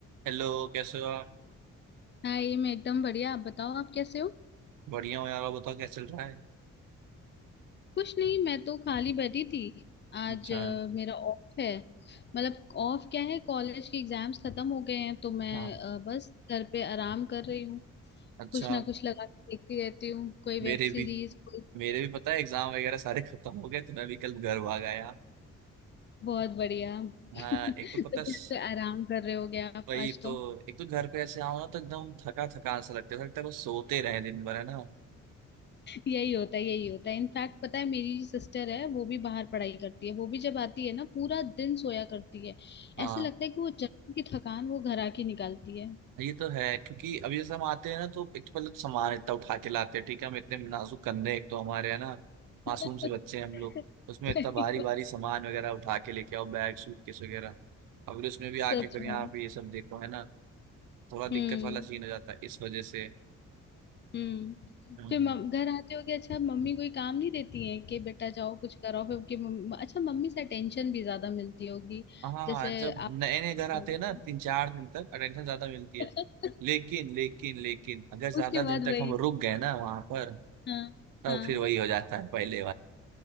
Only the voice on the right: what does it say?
Hello कैसे हो आप
बढ़िया हो यार आप बताओ क्या चल रहा है
अच्छा
हाँ
अच्छा
मेरे
भी
मेरे भी पता है एग्जाम वगैरह सारे खत्म हो गए तो मैं भी कल घर भाग आया
हाँ एक तो पता
स-
वही
तो एक तो घर पे ऐसे आओ ना तो एकदम थका थका सा लगता है लगता है बस सोते रहे दिन भर है ना
हाँ
ये तो है क्योंकि अभी जैसे हम आते हैं ना तो एक तो पहले तो सामान इतना उठा के लाते हैं ठीक है हम इतने नाजुक कंधे हैं, एक तो हमारे है ना मासूम
से बच्चे हैं हम लोग तो उसमें
इतना भारी
भारी सामान वगैरह उठा के लेके आओ बैग सूटकेस वगैरह अब फिर उसमें भी
आके फिर यहाँ
पे ये सब देखो है ना थोड़ा दिक्कत
वाला सीन हो जाता है इस वजह से
हम्म,
हाँ
जब
नए नए घर आते
हैं ना तीन चार दिन तक अटेंशन ज्यादा मिलती है
लेकिन लेकिन लेकिन अगर ज्यादा
दिन तक
हम रुक गए ना वहां पर
तब
फिर वही हो जाता है पहले